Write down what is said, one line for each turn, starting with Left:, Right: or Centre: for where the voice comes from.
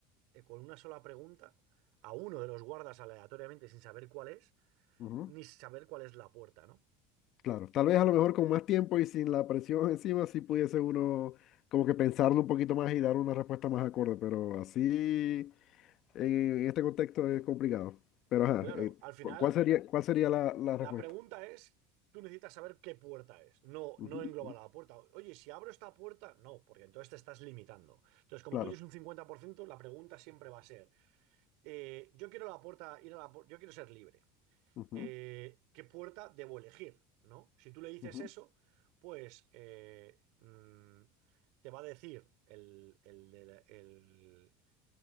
Right: eh, con una sola pregunta a uno de los guardas aleatoriamente sin saber cuál es,
Left: ujú.
Right: ni saber cuál es la puerta, ¿no?
Left: Claro, tal vez a lo mejor con más tiempo y sin la presión <laughs> encima, sí pudiese uno como que pensarlo un poquito más y dar una respuesta más acorde, pero así en, este contexto es complicado. Pero ajá,
Right: Claro,
Left: eh,
Right: al final
Left: cu- ¿cuál sería, cuál sería la, la
Right: La
Left: respuesta?
Right: pregunta es, tú necesitas saber qué puerta es, no, no
Left: Ujú,
Right: englobar
Left: ujú,
Right: a la puerta. Oye, si abro esta puerta, no, porque entonces te estás limitando. Entonces, como
Left: claro,
Right: tú tienes un 50%, la pregunta siempre va a ser, eh, yo quiero la puerta, ir a la, pu- yo quiero ser libre.
Left: ujú,
Right: Eh, ¿qué puerta debo elegir? ¿No? Si tú le dices
Left: ujú,
Right: eso, pues eh, mm, te va a decir el, el, el- el-